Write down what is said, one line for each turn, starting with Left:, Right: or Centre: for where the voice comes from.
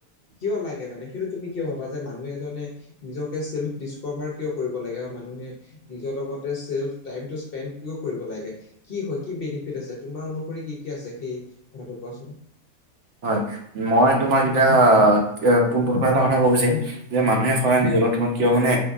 Left: কিয় লাগে মানে, সেইটো তুমি কিয় ভাবা যে, মানুহ এজনে নিজকে চেল্ফ ডিচকভাৰ কিয় কৰিব লাগে বা মানুহে- নিজৰ লগতে চেল্ফ টাইমটো স্পেণ্ড কিয় কৰিব লাগে। কি হয়, কি বেনিফিট আছে। তোমাৰ অনুসৰি কি কি আছে সেই কথাটো কোৱাচোন।
Right: হয়, মই তোমাক এতিয়া পোন প্ৰথমে এটা কথা ক'ব বিছাৰিম। যে মানুহে সদায় নিজৰ ওপৰত কিয় মানে,